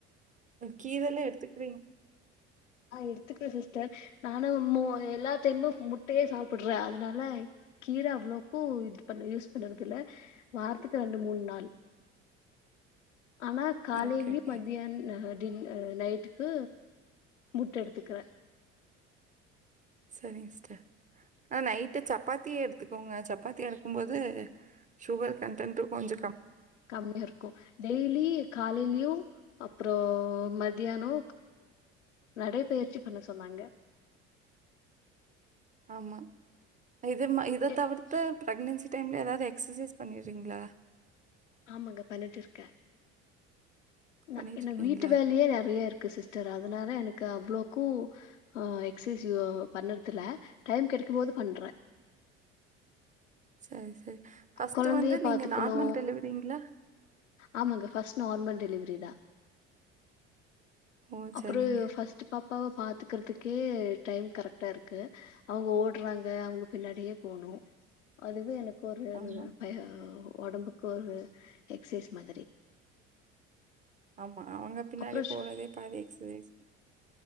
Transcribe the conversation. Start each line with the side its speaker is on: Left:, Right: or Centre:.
Right: கீரல்லா எடுத்துக்றீங்
Left: ஆஹ் எடுத்துக்ற சிஸ்டர் நானு மு எல்லாத்தையமு முட்டையே சாப்பிடுற அதனால கீர அவ்ளோக்கு இது பண்ண யூஸ் பண்ணறதுல வாரத்துக்கு ரண்டு மூண் நாள் ஆனா காலைலியு
Right: ஓகே ஓகே
Left: மத்தியான் அஹ தின் நைட்டுக்கு முட்ட எடுத்துக்கற
Right: சரிங்க சிஸ்டர் ஆ நைட்டு சப்பாத்தியே எடுத்துக்கோங்க சப்பாத்தி எடுக்கும் போது சுகர் கன்டன்ட்டு கொஞ்ச
Left: கம்மியாருக்கு டெய்லி காலைலியு அப் றோ மத்தியானோ நடைபயிற்சி பண்ண சொன்னாங்க
Right: ஆமா இது ம இத
Left: எ
Right: தவர்த்து ப்ரெக்னன்சி டைம்ல ஏதாது எக்ஸசைஸ் பண்ணிடுறீங்களா
Left: ஆமாங்க பண்ணிட்டு இருக்க ந
Right: பண்ணிட்டுருக்கீங்களா?
Left: எனக்கு வீட்டு வேலையே நெறய இருக்கு கு சிஸ்டர் அதனால எனக்கு அவ்ளோக்கு ஹ எக்சைஸ் யோ பண்ணறதுல டைம் கெடிக்கும்போது பண்ற
Right: சரி சரி ஃபர்ஸ்டடு
Left: கொழந்தைய
Right: வந்து நீங்க
Left: பாத்துக்கணு
Right: நார்மல் டெலிவரிங்ளா
Left: ஆமாங்க பஸ்ட் நார்மல் டெலிவரி தா
Right: ஓ!
Left: அப்புறு
Right: சரிங்க.
Left: ஃபர்ஸ்ட்டு பா ப்பாவ பாத்துக்கறதுக்கே டைம் கரக்டாருக்கு அவுங்க ஓடுறாங்க அவுங்க பின்னாடியே போணு அதுவே எனக் கொரு
Right: ஆமா,
Left: பாய ஒடம்புக்கு ஒரு எக்ஸைஸ் மாதிரி
Right: ஆமா அவங்க பின்னாடி
Left: அப்றோ ஷ்
Right: போறதே பாதி எக்ஸசைஸ்